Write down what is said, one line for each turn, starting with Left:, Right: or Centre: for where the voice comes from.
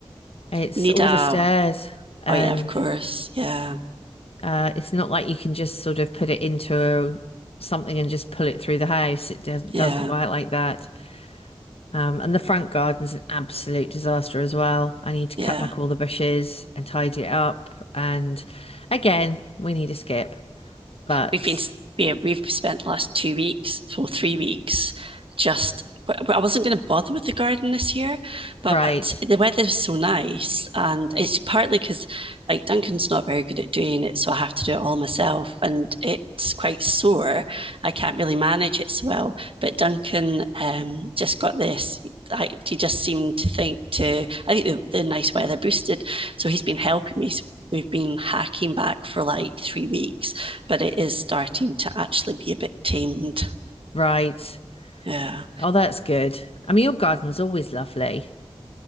Left: It's
Right: You need
Left: all
Right: a,
Left: the stairs and
Right: oh yeah, of course. Yeah,
Left: Uh, it's not like you can just sort of put it into something and just pull it through the house. It does, doesn't
Right: yeah,
Left: work like that. Um, and the front garden's an absolute disaster as well. I need to
Right: yeah.
Left: cut back all the bushes and tidy it up. And again, we need a skip. But
Right: we've been yeah, we've spent the last two weeks or three weeks just I wasn't going to bother with the garden this year, but
Left: right,
Right: the weather was so nice, and it's partly because like Duncan's not very good at doing it, so I have to do it all myself, and it's quite sore. I can't really manage it so well. But Duncan um, just got this. I, he just seemed to think to. I think the, the nice weather boosted, so he's been helping me. So we've been hacking back for like three weeks but it is starting to actually be a bit tamed.
Left: right.
Right: Yeah.
Left: Oh, that's good. I mean, your garden's always lovely.